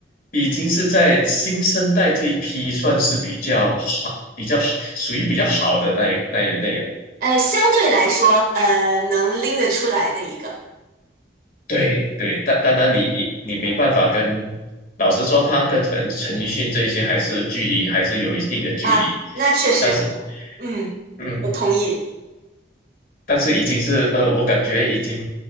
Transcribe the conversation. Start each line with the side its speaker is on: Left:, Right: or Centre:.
Left: 已经是在新生代这一批算是比较好，比较好，属于比较好的那一那一类了。
Right: 呃，相对来说，呃，能拎得出来的一个
Left: 对对，但当然你你没办法跟，老实说，他跟陈陈奕迅这一些还是距离还是有一定的距离，
Right: 啊，那确实，
Left: 但是
Right: 嗯，
Left: 嗯，
Right: 我同意。
Left: 但是已经是呃，我感觉已经